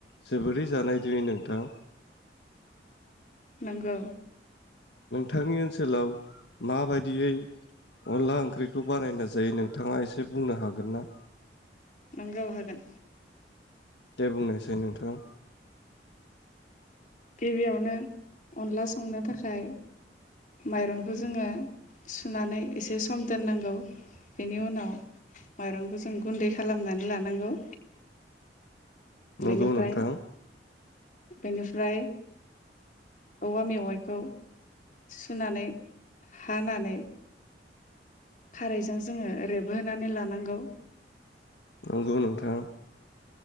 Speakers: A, on the left; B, on the left.
A: जोबोरै जानाय दि नोंथां।
B: नोंगौ।
A: थांनि ओनसोलाव माबायदियै अनला ओंख्रिखौ बानायना जायो नोंथाङा एसे बुंनो हागोन ना?
B: नंगौ हागोन।
A: दे बुंनाय साय नोंथां।
B: गिबियावनो अनला संनो थाखाय माइरंखौ जोङो सुनानै एसे सम दोननांगौ बेनि उनाव माइरंखौ जों गुन्दै खालामनानै लानांगौ।
A: नंगौ
B: बेनिफ्राय
A: नोंथां।
B: बेनिफ्राय औवा मेवाइखौ सुनानै हानानै खारैजों जोङो रेब होनानै लानांगौ।
A: नंगौ नोंथां।